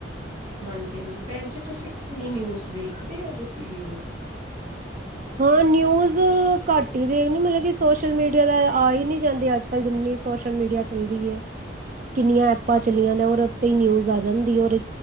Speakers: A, on the right (about 30°); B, on the right (about 45°).
A: ਹਾਂਜੀ-ਹਾਂਜੀ ਭੈਣ ਜੀ ਤੁਸੀਂ ਨਿਊਜ਼ ਦੇਖਦੇ ਹੋ ਤੁਸੀਂ ਨਿਊਜ਼
B: ਹਾਂ ਨਿਊਜ਼ ਘੱਟ ਹੀ ਦੇਖ ਮਤਲਬ ਕਿ ਸੋਸ਼ਲ ਮੀਡੀਆ ਦਾ ਆ ਹੀ ਨਹੀਂ ਜਾਂਦੇ ਅੱਜ ਕੱਲ ਜਿੰਨੀ ਸੋਸ਼ਲ ਮੀਡੀਆ ਚੱਲਦੀ ਏ ਕਿੰਨੀਆਂ ਐਪਾਂ ਚਲੀਆਂ ਨੇ ਰ ਉੱਦੇ ਤੇ ਹੀ ਨਿਊਜ਼ ਆ ਜਾਂਦੀ ਔਰ